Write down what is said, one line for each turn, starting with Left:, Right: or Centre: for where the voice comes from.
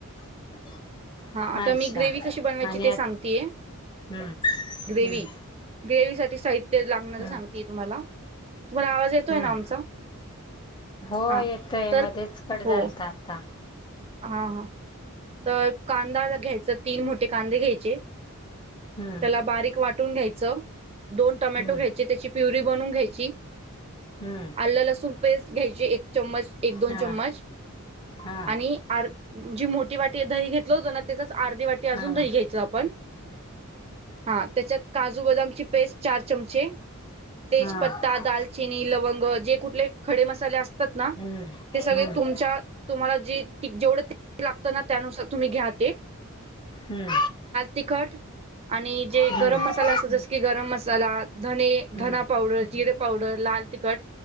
Left: <inaudible> अच्छा
Right: हा आता
Left: अच्छा
Right: मी ग्रेव्ही कशी बनवायची
Left: आणि
Right: ते सांगतेय.
Left: आत हम्म
Right: ग्रेव्ही
Left: हम्म
Right: ग्रेव्ही सा ते लागणार तर
Left: हम्म
Right: सांगतेय तुम्हाला. तुम्हाला आवाज येतोय
Left: हम्म
Right: ना आमचा?
Left: हो
Right: हा
Left: येतोय
Right: तर
Left: मध्येच कट झालता
Right: हो
Left: आता.
Right: हां हां तर कांदा घ्यायचा तीन मोठे कांदे घ्यायचे त्याला
Left: हम्म
Right: बारीक वाट घ्यायच. दोन टोमॅटो
Left: हम्म
Right: घ्यायचे, त्याची प्युरी बनून घ्यायची.
Left: हम्म
Right: आलं, लसूण पेस्ट घ्यायची एक चम्मच एक दोन
Left: हा
Right: चम्मच
Left: हा
Right: आणि आर जी मोठी वाटी दही घेतलं होत ना त्याचा <unintelligible> वाटी अजून
Left: हा
Right: दही
Left: हा
Right: घ्यायच आपण हा त्याच्या काजू बदामची पेस्ट चार चमचे, तेजपत्ता,
Left: हा
Right: दालचिनी लवंग जे कुठले खडे मसाले असतात ना
Left: हम्म
Right: ते सगळे
Left: हम्म
Right: तुमच्या तुम्हाला जे जेवढं लागत ना त्यानुसार तुम्ही घ्या ते.
Left: हम्म
Right: तिकट आणि जे
Left: हम्म
Right: गरम मसाला असतो जस की गरम मसाला, धने,
Left: हम्म
Right: धना पावडर, जिरे पावडर, ला लाल तिखट